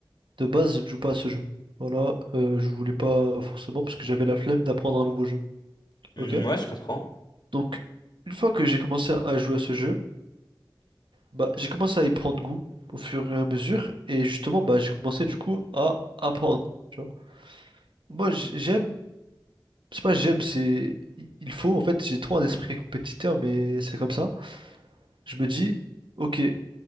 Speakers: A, on the right; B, on the left.
A: de base, je ne joue pas à ce jeu. Voilà, euh, je voulais pas forcément parce que j'avais la flemme d'apprendre un nouveau jeu.
B: Hmm,
A: Ok?
B: ouais, je comprends.
A: Donc, une fois que j'ai commencé à jouer à ce jeu, Bah, j'ai commencé à y prendre goût au fur et à mesure, et justement, bah, j'ai commencé du coup à apprendre, tu vois. Moi, j- j'aime, c'est pas j'aime, c'est il faut, en fait, j'ai trop un esprit compétiteur, mais c'est comme ça. Je me dis, ok,